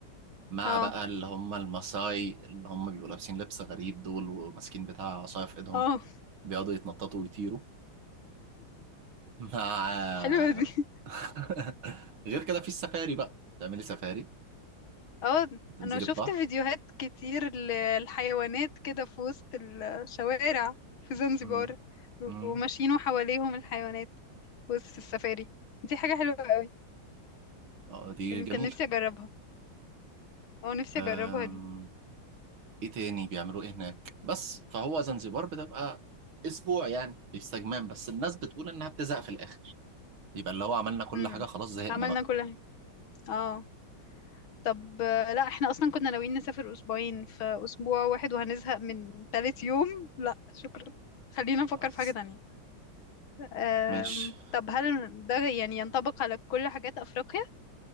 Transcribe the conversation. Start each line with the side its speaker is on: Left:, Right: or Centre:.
Right: مع
Left: اه
Right: بقى اللي هم الماساي اللي هم بيبقوا لابسين لبس غريب دول وماسكين بتاع عصاية في ايدهم
Left: اه
Right: بيقعدوا يتنططوا ويطيروا مع
Left: <laughs> حلوة دي
Right: <laughs> غير كده في السفاري بقى تعملي سفاري
Left: اه
Right: تنزلي
Left: انا شفت
Right: البحر
Left: فيديوهات كتير للحيوانات كده في وسط الشوارع في زنزبار
Right: مم.
Left: بيبقوا
Right: مم.
Left: ماشيين وحواليهم الحيوانات في وسط السفاري دي حاجة حلوة قوي
Right: اه دي
Left: يعني
Right: جميلة
Left: كان نفسي اجربها او نفسي
Right: أم...
Left: اجربها دي
Right: ايه تاني بيعملوه ايه هناك بس فهو زنزبار بتبقى اسبوع يعني باستجمام بس الناس بتقول انها بتزهق في الاخر يبقى اللي هو عملنا كل
Left: امم
Right: حاجه خلاص زهقنا
Left: عملنا
Right: بقى
Left: كل حاجة اه طب آه، لا احنا اصلا كنا ناويين نسافر اسبوعين في اسبوع واحد وهنزهق من تالت يوم لا شكرا خلينا نفكر
Right: خلاص
Left: في حاجة تانية أم،
Right: مش
Left: طب هل ده يعني ينطبق على كل حاجات أفريقيا